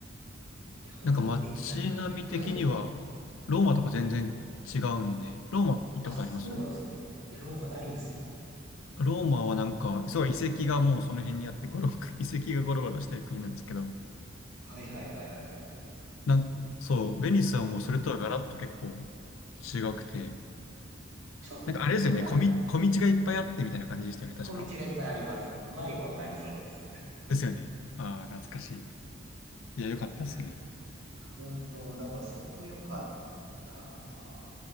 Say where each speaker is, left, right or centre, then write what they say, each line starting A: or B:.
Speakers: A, on the right; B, on the left.
A: いや、本当え、
B: なんか街並み的には、
A: 逆に、はい。
B: ローマとか全然違うんで、ローマ行ったことあります
A: あ、そうなんですね。いや、ローマないんですよ。
B: ローマはなんか、すごい遺跡がもうその辺にあって、ゴロ、<laughs> 遺跡がゴロゴロしてる国なんですけど、
A: はいはいはいはいはい。
B: なん、
A: えー、
B: そう、ベニスはもうそれとはガラッと結構
A: そうなんですね。
B: 違くて、
A: ちょっとな、
B: なんかあれですよね、小み、小道がいっぱいあってみたいな感じでしたよね、確か。
A: 小道がいっぱいあります。迷子になりそうです。
B: ですよね。ああ、懐かしい。いや、よかったですね。
A: な、いや、本当、だからそこ良かった